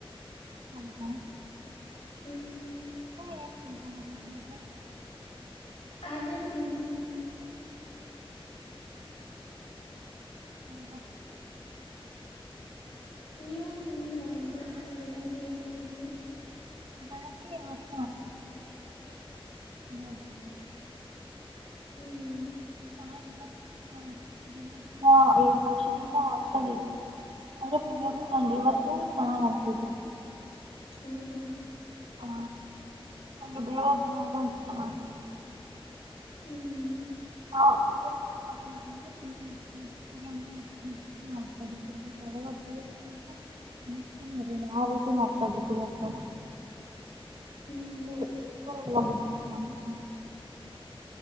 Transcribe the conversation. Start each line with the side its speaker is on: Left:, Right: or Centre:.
Right: ಹೌದ
Left: ಹ್ಮ್
Right: <unintelligible>
Left: ಅದು ತಿಂದಿತ್ತು
Right: ಹೌದ
Left: ನೀವು ತಿಂದ್ರ ಮಧ್ಯಾಹ್ನ ಬೆಳಗ್ಗೆ ಏನ್ ಮಾಡಾಿದ್ರು.
Right: ಬತ್ವ
Left: <unintelligible>
Right: <unintelligible> ಪುಳಿಯೋಗರೆ ಮಾಡಿದ್ದೀನಿ
Left: ಹ್ಮ್.
Right: ಸ ಇವತ್ತು ನಾಷ್ಟ ದಿನ ಹಾ <unintelligible> ವಷದಿಂದ ಹಾಸ್ಟೆಲ್ ಇದ್ದೀನಿ ಅಂದ್ರೆ ಪುಣಿಯದ್ರ ನ ನಿಲ್ವತ್ತ ಚ ಅನ್ಸಿದ್ು
Left: ಹೌದಾ.
Right: ಹಾ ನ ಬೇರೆದಿನ ಎಲ್ಲ ಇಷ್ಟ ಮಾಡಿಲ್ಲ
Left: ಹ್ಮ್
Right: ಹಾ <unintelligible> <unintelligible> ತ ಆ ರೀತಿ ಮಾಡ್ <unintelligible> <unintelligible>
Left: ಹ್ಞೂ